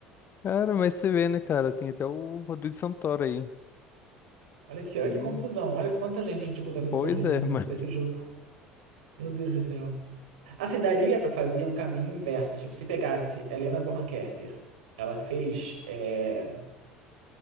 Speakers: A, on the left; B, on the right.
A: Cara, mas você vê, né, cara? Tem até o Rodrigo Santoro aí.
B: Olha que, olha
A: E,
B: que confusão. Olha quanta gente a gente botou nessa
A: pois
B: porra desse,
A: é,
B: desse
A: <laughs> mas,
B: jogo. Meu Deus do céu. Assim, daria para fazer um caminho inverso. Tipo, se pegasse Helena Bonham Carter, ela fez. é,